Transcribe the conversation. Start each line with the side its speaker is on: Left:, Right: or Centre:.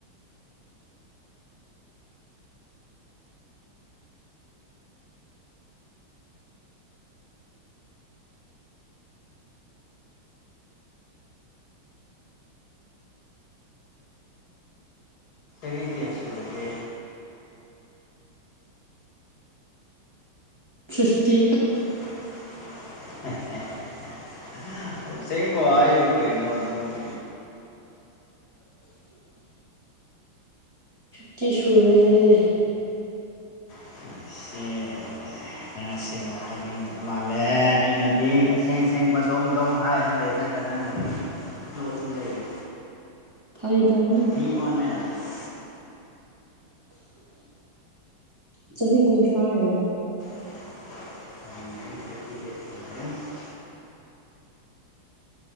Left: ꯆꯍꯤ ꯀꯌꯥ ꯁꯨꯔꯒꯦ
Right: ꯐꯤꯐꯇꯤ
Left: <unintelligible> ꯆꯦꯡꯕ ꯍꯥꯏꯌꯨ ꯀꯩꯅꯣ ꯑꯗꯨꯕꯨ
Right: ꯐꯤꯞꯇ ꯁꯨꯔꯦ
Left: <unintelligible> ꯅꯪ ꯑꯁꯦꯡꯕ ꯍꯥꯏꯅꯤꯡꯕ ꯃꯥꯜꯂꯦ ꯑꯩꯅꯗꯤ ꯑꯁꯦꯡ ꯑ ꯁꯦꯡꯕ ꯗꯣꯡ ꯗꯣꯡ ꯍꯥꯏꯔ ꯂꯩꯔ ꯈꯔ ꯅꯪꯅꯗꯤ ꯂꯣꯂ ꯂꯩꯔꯦ
Right: ꯐꯥꯏꯗꯧꯅ
Left: <unintelligible>
Right: ꯆꯍꯤꯍꯤ ꯀꯨꯨꯝꯁꯥꯒꯦ
Left: <unintelligible> <inaudible>